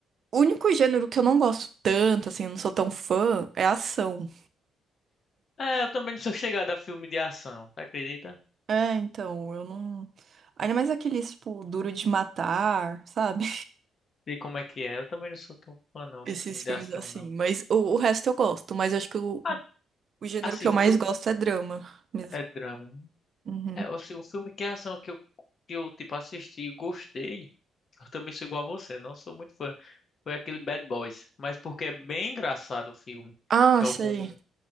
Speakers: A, on the right (about 55°); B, on the left (about 50°).
A: O único gênero que eu não gosto tanto, assim, eu não sou tão fã, é ação.
B: É, eu também não sou chegado a filme de ação, tá acredita?
A: É, então, eu não. Ainda mais aqueles, tipo, duro de matar, sabe?
B: Sei como é que é. Eu também não sou tão fã não
A: Esses
B: de filme
A: filmes
B: de ação,
A: assim.
B: não.
A: Mas o, o resto eu gosto. Mas eu acho que o,
B: Ah,
A: o gênero
B: Assim,
A: que eu
B: um
A: mais
B: filme
A: gosto é drama mesmo.
B: é drama.
A: Uhum.
B: É, assim, um filme que é ação que eu, que eu tipo, assisti e gostei. Eu também sou igual a você, não sou muito fã. Foi aquele Bad Boys, mas porque é bem engraçado o filme,
A: Ah,
B: que
A: sei.
B: é o com